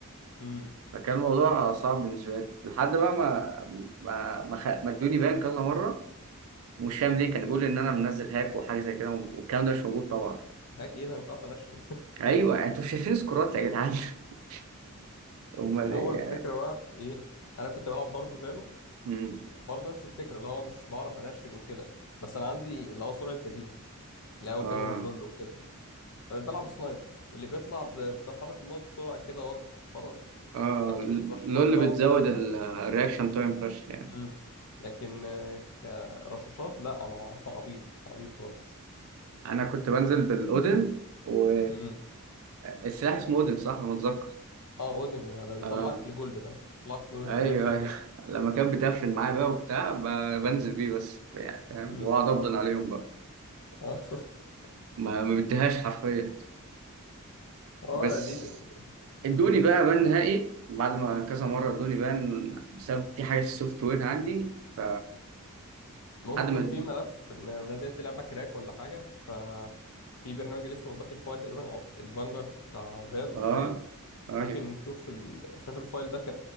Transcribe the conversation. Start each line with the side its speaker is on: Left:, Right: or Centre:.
Left: امم
Right: فكان الموضوع صعب بالنسبه لي لحد بقى ما ما ما, خ... ما ادوني بان كذا مره مش فاهم ليه كان بيقول ان انا منزل هاك وحاجه زي كده والكلام ده مش موجود طبعا
Left: هاك ايه ده انا مش عارف انشن <laughs>
Right: ايوه انتوا شايفين سكورات يا جدعان <laughs> امال
Left: هو
Right: ايه
Left: الفكرة
Right: يعني.
Left: بقى في ايه انا كنت بلعب برضو فالو
Right: امم
Left: برضو نفس الفكرة اللي هو مش بعرف انشل وكده بس انا عندي اللي هو سرعة بديهة اللي هو
Right: اه
Left: كده من لول وكده فبلعب سنايبر اللي بيطلع ب- بحرك الماوس بسرعة كده واضرب خلاص
Right: اه
Left: لكن الرشاشات
Right: لول
Left: بقى
Right: بتزود
Left: والكلام
Right: الرياكشن
Left: ده
Right: تايم فشخ يعني
Left: امم لكن آه، كرشاشات لا انا <laughs> عبيط عبيط خالص
Right: انا كنت بنزل بالاودن
Left: <laughs>
Right: و
Left: <coughs> امم
Right: السلاح اسمه اودن صح انا متذكر
Left: اه اودن ده بيطلعك
Right: اه
Left: لجولد ده بيطلعك لجولد
Right: ايوه
Left: جولد مرتاح
Right: ايوه <laughs> لما كان بتقفل معايا بقى وبتاع ب- بنزل بيه بس يعني فاهم
Left: امم
Right: واقعد ابدن عليهم بقى
Left: اه <laughs>
Right: ما ما بديهاش حرفيا
Left: اه
Right: بس
Left: دي ال...
Right: ادوني
Left: امم
Right: بقى بان نهائي بعد ما كذا مره ادوني بان بسبب في حاجه في السوفت وير عندي ف
Left: ممكن
Right: لحد
Left: يكون
Right: ما ادوني
Left: في ملف من- منزلت لعبه كراك ولا حاجه ف في برنامج اللي اسمه باتل فاي تقريبا او الفانجارد بتاع فال
Right: اه
Left: ريو
Right: ايوه
Left: ممكن نشوف ال... شايف الفايل ده ك...